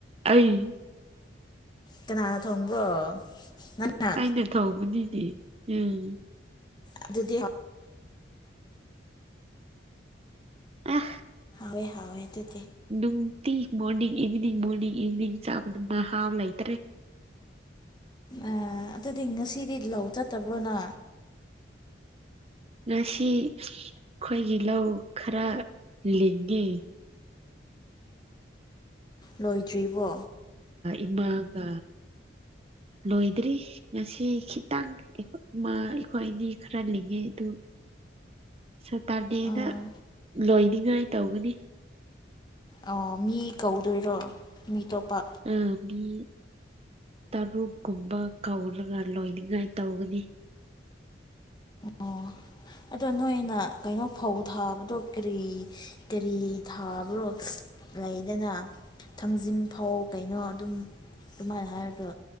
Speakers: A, on the right; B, on the left.
A: ꯑꯩ
B: ꯀꯅꯥꯅ ꯊꯣꯡꯕ꯭ꯔꯣ ꯅꯪꯅ
A: ꯑꯩꯅ ꯇꯧꯕꯅꯤꯅꯦ ꯎꯝ
B: ꯑꯗꯨꯗꯤ
A: ꯑ
B: ꯍꯣꯏ ꯍꯥꯎꯦꯗꯤ
A: ꯅꯨꯡꯇꯤ ꯃꯣꯔꯅꯤꯡ ꯏꯚꯤꯅꯤꯡ ꯃꯣꯔꯅꯤꯡ ꯏꯚꯤꯅꯤꯡ ꯆꯥꯕꯗꯅ ꯍꯥꯎ ꯂꯩꯇ꯭ꯔꯦ
B: ꯑ ꯑꯗꯨꯗꯤ ꯉꯁꯤꯗꯤ ꯂꯧ ꯆꯠꯇꯕ꯭ꯔꯣꯅ
A: ꯉꯁꯤ ꯑꯩꯈꯣꯏꯒꯤ ꯂꯧ ꯈꯔ ꯂꯒꯦ
B: ꯂꯣꯏꯗ꯭ꯔꯤꯕꯣ
A: ꯏꯃꯒ ꯂꯣꯏꯗ꯭ꯔꯤ ꯉꯁꯤ ꯈꯤꯇꯪ ꯑꯩꯈꯣꯏ ꯑꯅꯤ ꯈꯔ ꯂꯤꯡꯉꯦ ꯑꯗꯨ ꯁꯇꯥꯔꯅꯦꯦꯅ
B: ꯑꯥ
A: ꯂꯣꯏꯅꯤꯡꯉꯥꯏ ꯇꯧꯒꯅꯤ
B: ꯑꯣ ꯃꯤ ꯀꯧꯗꯣꯏꯔꯣ ꯃꯤ ꯑꯇꯣꯞꯄ
A: ꯑ ꯃꯤ ꯇꯔꯨꯛ ꯀꯨꯝꯕ ꯀꯧꯔꯒ ꯂꯣꯏꯅꯤꯡꯉꯥꯏ ꯇꯧꯒꯅꯤ <inaudible>
B: ꯑꯣ ꯑꯗꯣ ꯅꯣꯏꯅ ꯀꯩꯅꯣ ꯐꯧ ꯊꯥꯕꯗꯣ ꯀꯔꯤ ꯀꯔꯤ ꯊꯥꯕ꯭ꯔꯣ ꯂꯩꯗꯅ ꯊꯥꯡꯖꯤꯡ ꯐꯧ ꯀꯩꯅꯣ ꯑꯗꯨꯝ ꯑꯗꯨꯃꯥꯏꯅ ꯍꯥꯏꯔꯗꯣ